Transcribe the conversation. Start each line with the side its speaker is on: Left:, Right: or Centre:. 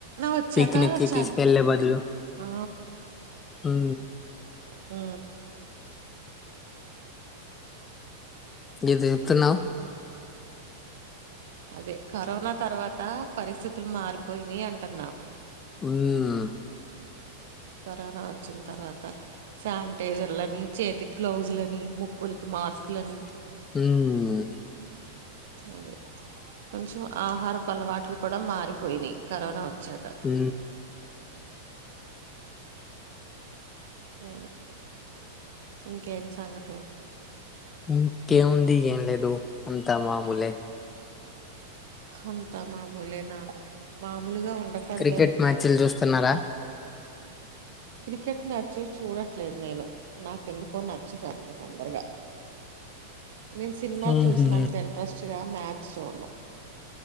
Right: వచ్చాక
Left: పక్నిక్ కి
Right: చ
Left: తీసుకెళ్లే బదులు
Right: ఆ
Left: ఊ
Right: ఊ
Left: ఏదో చెప్తున్నావ్
Right: అదే కరోనా తర్వాత పరిస్థితులు మారిపోయినై అంటున్నా
Left: ఉమ్
Right: కరోనా వచ్చిన తర్వాత శానిటైజర్లని చేతికి గ్లౌజలని ముక్కులుకి మాస్కు లని
Left: ఉం
Right: అదే కొంచెం ఆహారపు అలవాట్లు కూడా మారిపోయినాయి కరోనా వచ్చాక
Left: ఊ
Right: హూ ఇంకేం సంగతి
Left: ఇంకేం వుంది ఏం‌ లేదు అంతా. మాముూలే
Right: అంతా మామూలేనా మామూలుగా ఉండకూడదే
Left: క్రికెట్ మ్యాచులు చుస్ స్తున్నర
Right: క్రికెట్ మ్యాచ్ చూడట్లేదు నేను నాకెందుకో నచ్చదు అంత తొందరగా నేను సినిమాలు
Left: ఉహు
Right: చూసినంత ఇంట్రెస్ట్ గా మ్యాచ్ చూడను